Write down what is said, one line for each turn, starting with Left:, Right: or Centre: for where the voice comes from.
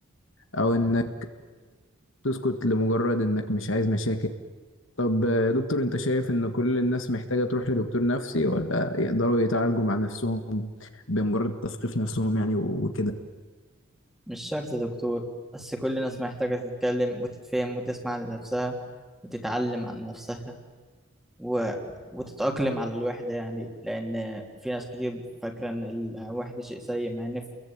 Left: او انك تسكت لمجرد انك مش عايز مشاكل طب يا دكتور انت شايف ان كل الناس محتاجة تروح لدكتور نفسي ولا يقدروا يتعالجوا مع نفسهم بمجرد تثقيف نفسهم يعني وكده
Centre: مش شرط دكتور بس كل الناس محتاجة تتكلم وتتفهم وتسمع لنفسها وتتعلم عن نفسها و... وتتأقلم على الوحدة يعني لأن في ناس كتير فاكرة إن الوحدة شيء سيء مع إن في